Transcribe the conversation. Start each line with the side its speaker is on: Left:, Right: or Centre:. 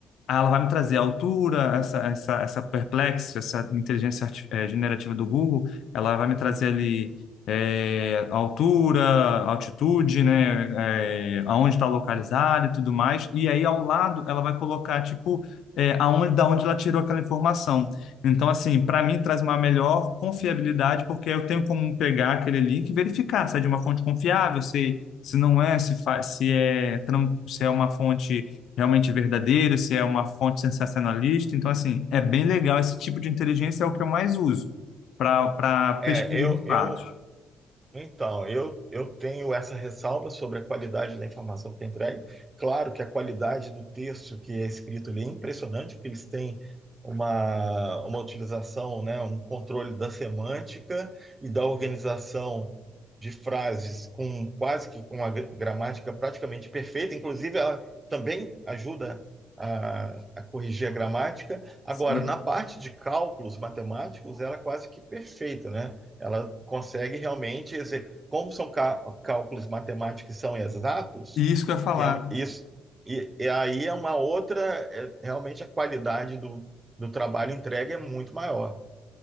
Left: Ah, ela vai me trazer a altura, essa, essa, essa Perplexity, essa inteligência arti- eh, generativa do Google, ela vai me trazer ali eh, altura, altitude, né, eh, aonde está localizado e tudo mais. E aí ao lado ela vai colocar tipo eh, aonde, da onde ela tirou aquela informação. Então assim, para mim traz uma melhor confiabilidade porque eu tenho como pegar aquele link e verificar se é de uma fonte confiável, se se não é, se, fa- se é tran- se é uma fonte realmente verdadeiro, se é uma fonte sensacionalista. Então, assim, é bem legal. Esse tipo de inteligência é o que eu mais uso para para
Right: É,
Left: pesquisa
Right: eu,
Left: de fatos.
Right: eu, Então, eu, eu tenho essa ressalva sobre a qualidade da informação que é entregue. Claro que a qualidade do texto que é escrito ali é impressionante, porque eles têm uma, uma utilização, né, um controle da semântica e da organização de frases com quase que com a gra- gramática praticamente perfeita. Inclusive, ela também ajuda a, a corrigir a gramática. Agora,
Left: Sim.
Right: na parte de cálculos matemáticos, ela é quase que perfeita, né? Ela consegue realmente, exe- como são cá- cálculos matemáticos que são exatos,
Left: E isso que eu ia falar.
Right: que é um- isso, e, e aí é uma outra, é, realmente a qualidade do, do trabalho entregue é muito maior.